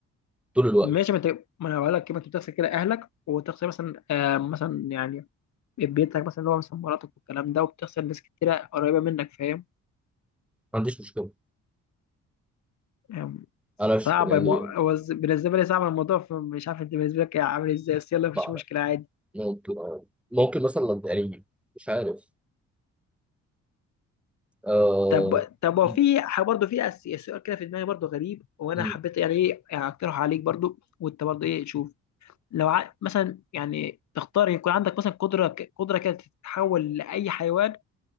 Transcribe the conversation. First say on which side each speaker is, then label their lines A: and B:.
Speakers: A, in the centre; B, on the left.
A: طول الوقت
B: ماشي ما انت ما انا بقول لك ما انت بتغسل كده اهلك وتغسل مثلا آه مثلا يعني بيتك مثلا اللي هو مثلا مراتك والكلام ده وبتغسل ناس كتيرة قريبة منك فاهم
A: ما عنديش مشكله
B: آم،
A: انا ش...
B: صعب
A: يعني
B: المو... هو ز- بالنسبة لي صعب الموضوع فمش عارف انت بالنسبة لك عامل ازاي بس يلا مفيش
A: ما أعرف.
B: مشكلة عادي
A: ممكن ممكن مثلا يعني مش عارف آه...
B: طب طب هو
A: م-
B: في ح- برضه في أس- سؤال كده في دماغي برضه غريب وانا
A: م-
B: حبيت يعني ايه يعني اقترح عليك برضه وانت برضه ايه شوف لو ع... مثلا يعني تختار يكون عندك مثلا قدرة ك- قدرة كده تتحول لأي حيوان